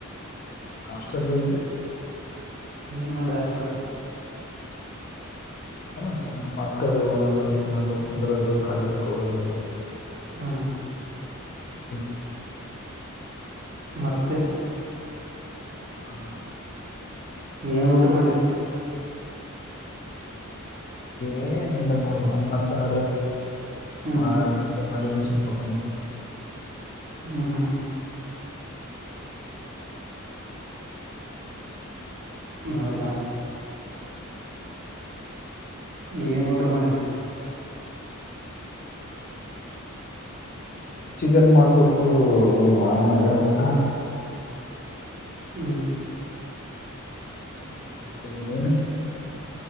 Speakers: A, on the left (about 40°); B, on the right (about 45°).
A: ಅಷ್ಟೆಲ್ಲ ಇದ್ದದೆ
B: ಮ್ಮ ದಾಸ
A: ಏನ್ ಸು ನಮ್ಮ ಅಕ್ಕದು ಣದು ತಿನ್ನೋದು ಕುುದರೋದು ಕಾಲೇದಕ್ಕೆ ಹೋಗೋದು
B: ಹಾ
A: ಹ್ಮ
B: ಮತ್ತೆ
A: ಹ್ಮ
B: ಏನ್ ಊಟ ಮಾಡಿ
A: ಏ ಇಲ್ಲ ನೋಡ ಅನ್ನ ಸಾಾರ
B: ಹ್ಮ್
A: ಮೌಟ ಮಾಡ ಸಕ
B: ಹ್ಮ್ ಹ್ಮ್ ಹೌದಾ ಏನ್ ಊಟ ಮಾಡ್ರ
A: ಚಿಕನ್ ಮಾಡ್ಬೇಕು ಆಮೇಲೆ ಊಟ
B: ಹ್ಮ್
A: ಚ ಮೇನು